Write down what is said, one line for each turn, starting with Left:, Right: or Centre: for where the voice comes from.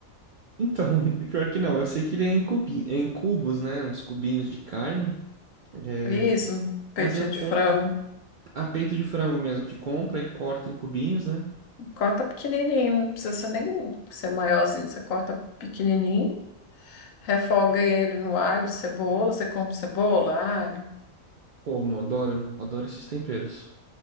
Right: Então, <laughs> pior que não, eu sei que ele é em cubi, é em cubos, né? Uns cubinhos de carne. É,
Left: Isso, peitinho
Right: mas aí eu
Left: de
Right: compro
Left: frango.
Right: a peito de frango mesmo, que compra e corta em cubinhos, né?
Left: Corta pequenininho, não precisa ser nem ser maiorzinho. Você corta pequenininho, refoga ele no alho, cebola. Você come cebola, alho?
Right: Como, adoro, adoro esses temperos.